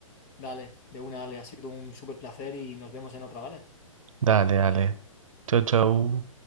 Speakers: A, on the left; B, on the right.
A: Dale, de una, dale, ha sido un súper placer y nos vemos en otra, ¿vale?
B: Dale, dale. Chau, chau.